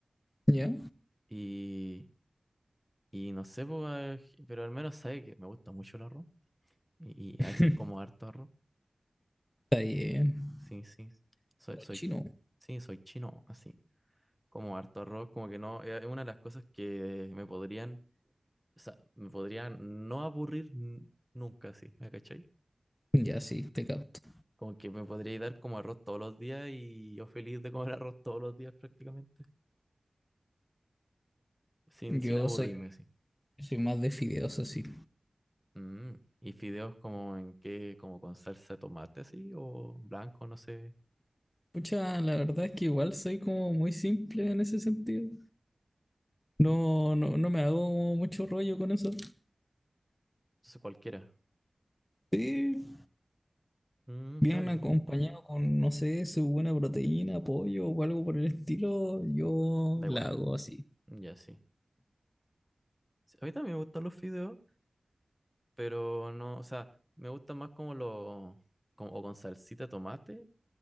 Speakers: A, on the left; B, in the centre.
A: ¿Ya?
B: Y, y no sé, pues, ah, pero al menos sabe que me gusta mucho el arroz y, y
A: <laughs>
B: a veces como harto arroz.
A: Está bien.
B: Sí, sí, soy, soy,
A: Chino.
B: sí, soy chino, así. Como harto arroz, como que no, eh, es una de las cosas que me podrían O sea, me podría no aburrir n- nunca así, ¿me cachai?
A: Ya sí, te capto.
B: Como que me podría dar como arroz todos los días y yo feliz de comer <laughs> arroz todos los días prácticamente, sin,
A: Yo
B: sin aburrirme
A: soy
B: así.
A: Soy más de fideos así.
B: Mm, ¿Y fideos como en qué? ¿Como con salsa de tomate así? ¿O blanco? No sé,
A: Pucha, la verdad es que igual soy como muy simple en ese sentido. No, no, no me hago mucho rollo con eso.
B: no sé cualquiera.
A: Sí,
B: Mm,
A: bien
B: está bien,
A: acompañado con, no sé, su buena proteína, pollo o algo por el estilo, yo
B: da igual,
A: la hago así.
B: ya sí. Sí, A mí también me gustan los fideos, pero no, o sea, me gustan más como los, como o con salsita de tomate